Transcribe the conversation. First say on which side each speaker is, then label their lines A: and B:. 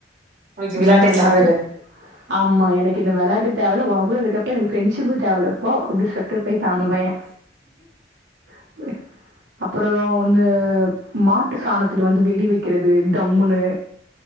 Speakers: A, on the right (about 45°); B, on the right (about 80°).
A: உனக்கு
B: இந்த
A: விளாட்டே
B: மாரில்லா
A: தேவல்ல
B: ஆமா எனக்கு இந்த விளாட்டு தேவல்ல ஓ கூட இருக்கிறப்ப எனக்கு ஃப்ரெண்ட்ஷிப்பு தேவ இல்ல போ அப்டி சொல்லிட்டு போய்ட்டா அந்த பைய <unintelligible> அப்பறோ இந்த மாட்டு சாணத்துல வந்து வெடி வைக்கிறது டம்முன்னு